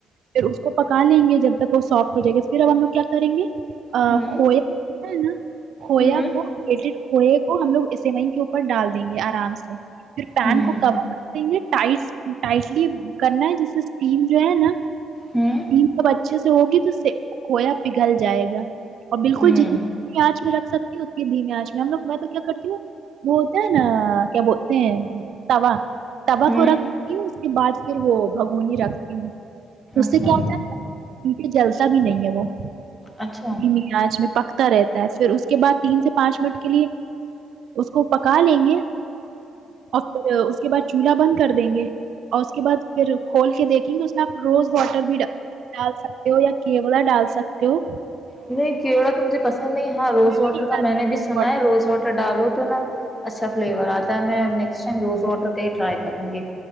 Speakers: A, on the right; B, on the left.
A: پھر اس کو پکا لیں گے جب تک وہ سافٹ ہو جائے گا پھر ہم کیا کریں گے ا
B: ہوں
A: کھویا ہے نا <unintelligible> کھویا
B: ہوں
A: کوڈ کو کو ہم اسے وہیں کے اوپر ڈال دیں گے آرام سے پھر پین
B: ہوں
A: کو کور کر دیں گے <unintelligible> ٹائٹ ٹائٹلی کرنا ہے جس سے اسٹیم جو ہے نا
B: ہوں
A: جی سب اچھے سے سے ہوگی تو کویا پگھل جائے گا اور بالکل
B: ہوں
A: جتنی آنچ میں رکھ سکتی اس کی دھیمی آچ میں ہم لوگ میں تو کیا کرتی ہوں وہ ہوتا ہے نا کیا بولتے ہیں تا تا
B: ہوں
A: کووراک اس کے بعد پھر وہ بگونی رکھتی ہیں اس
B: اچھا
A: سے کیا ہوتا ہےہ جلس بھی نہیں ہے وہ
B: اچھا ہوں
A: جی نہیں آج میں پکتر تا پھر اس کے بعد تین سے پانچ منٹ کے لیے اس کو پکا لیں گے اور پھر اس کے بعد چولہا بند کر دیں گے اور اس کے بعد پھر کھول کے دیکھیں گے اس میں آپ روز واٹر بھی ڈال سکتے ہو یا کیولا ڈال سکتے ہو
B: نہیں کیڑا تو مجھے پسند نہیں ہے ہاں
A: اور
B: روز واٹر کا میں نے بھی سنا ہے روز واٹر ڈالو تو تو نا اچھا فلیور آتا ہے میں نیک ٹائم روز واٹر کا ہی ٹرائی کروں گی